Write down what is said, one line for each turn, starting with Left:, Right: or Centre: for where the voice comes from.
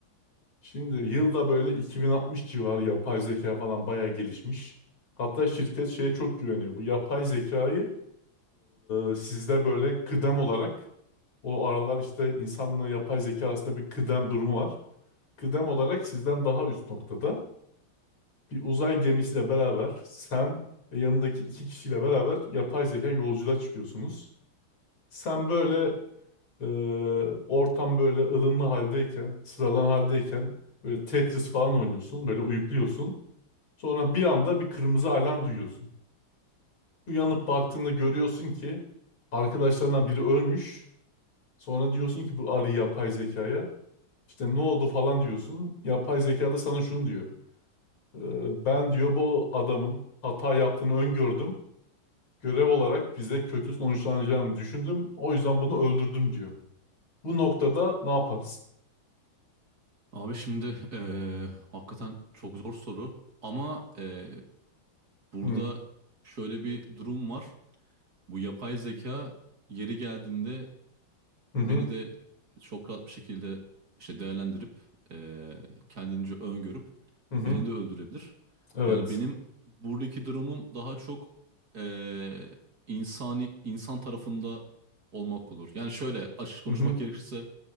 Left: Şimdi yılda böyle 2060 civarı yapay zeka falan bayağı gelişmiş. Hatta şirket şeye çok güveniyor. Bu yapay zekayı e, sizde böyle kıdem olarak o aralar işte insanla yapay zeka arasında bir kıdem durumu var. Kıdem olarak sizden daha üst noktada bir uzay gemisiyle beraber sen ve yanındaki iki kişiyle beraber yapay zeka yolculuğa çıkıyorsunuz. Sen böyle ee, ortam böyle ılımlı haldeyken, sıradan haldeyken böyle Tetris falan oynuyorsun, böyle uyukluyorsun. Sonra bir anda bir kırmızı alarm duyuyorsun. Uyanıp baktığında görüyorsun ki arkadaşlarından biri ölmüş. Sonra diyorsun ki bu arı yapay zekaya. İşte ne oldu falan diyorsun. Yapay zeka da sana şunu diyor. Ee, ben diyor bu adamın hata yaptığını öngördüm. Görev olarak bize kötü sonuçlanacağını düşündüm. O yüzden bunu öldürdüm diyor. Bu noktada ne yaparsın?
Right: Abi şimdi eee, hakikaten çok zor soru ama eee, burada
Left: Hı
Right: şöyle bir durum var. Bu yapay zeka yeri geldiğinde
Left: hı. hı.
Right: beni de çok rahat bir şekilde işte değerlendirip eee kendince öngörüp
Left: Hı hı.
Right: beni de öldürebilir.
Left: Evet.
Right: Yani benim buradaki durumum daha çok eee, insani insan tarafında olmak olur. Yani şöyle açık konuşmak
Left: Hı hı.
Right: gerekirse